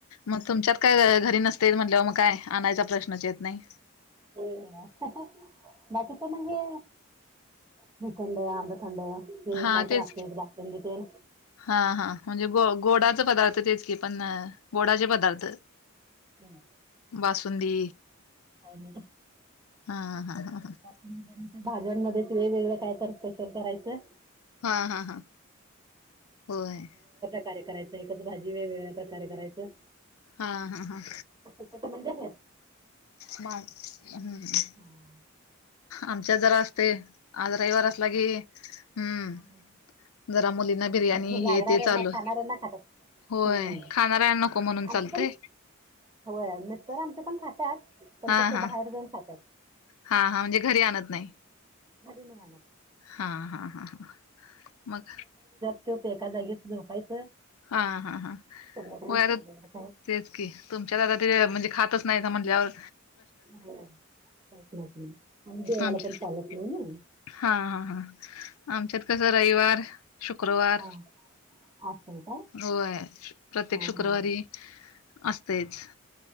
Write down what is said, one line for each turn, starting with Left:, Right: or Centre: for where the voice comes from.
Left: मग तुमच्यात काय घरी नसते म्हटल्यावर मग काय आणायचा प्रश्नच येत नाही
Right: हो बाकीच म हे.... श्रीखंड आंबखंड हे
Left: हा
Right: कायत
Left: तेच
Right: असते भातून घ ते....
Left: हा हा म्हणजे गो गोडाच पदार्थ तेच की पण गोडाचे पदार्थ.....
Right: ह <unintelligible>
Left: बासुंदी
Right: नाही.
Left: हा हा ह ह....
Right: त्यानंतर भाज्यांमध्ये वेगवेगळं काय तर स्पेशल करायचं....
Left: हा हा हा होय....
Right: कार्य करायचं एकच भाजी वेगवेगळ्या प्रकारे करायचं....
Left: हां हां हां....
Right: त म्हणजे हे.....
Left: मार हम्म हम्म....
Right: हम्म....
Left: आमच्यात जरा असते आज रविवार असला
Right: असतंय
Left: की,
Right: का?
Left: हम्म
Right: हा हा हा.
Left: जरा मुलीना बिर्याणी
Right: हो लागणाऱ्यांना
Left: हे ते चालू....
Right: खाणाऱ्यांना खातात.
Left: होय
Right: हम्म
Left: खाणाऱ्यांन नको म्हणून
Right: आमचं
Left: चालतय....
Right: पण होय मिस्टर आमच्या पण खात्यात पण
Left: हा
Right: कसं
Left: हा
Right: बाहेर जाऊन खात....
Left: हा हा म्हणजे घरी आणत नाही...
Right: घरी नाही आणत....
Left: हा हा हा ह मग....
Right: चूप एका जागेत झोपायचं....
Left: हा हा
Right: संध्याकाळी
Left: होय आर
Right: कुठल्याकडे काय
Left: तेच की तुमच्यात आता ते
Right: चालेल
Left: म्हणजे खात असतील. नाहीसा म्हंटल्यावर....
Right: होय आणि देवाला
Left: आमच्या
Right: पण चालत नाही ना.
Left: हा हा हा आमच्यात कसं रविवार.... शुक्रवार
Right: हां असं आहे काय
Left: होय प्रत्येक
Right: हां
Left: शुक्रवारी....
Right: हां
Left: असतेच